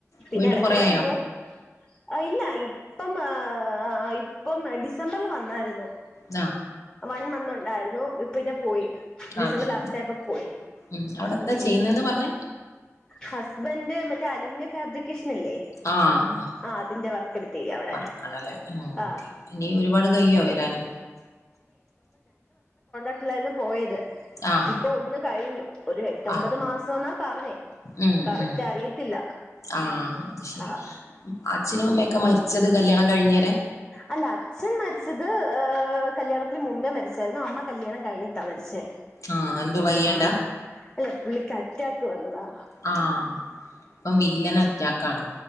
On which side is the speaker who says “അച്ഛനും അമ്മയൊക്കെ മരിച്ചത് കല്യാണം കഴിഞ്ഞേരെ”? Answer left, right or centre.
Left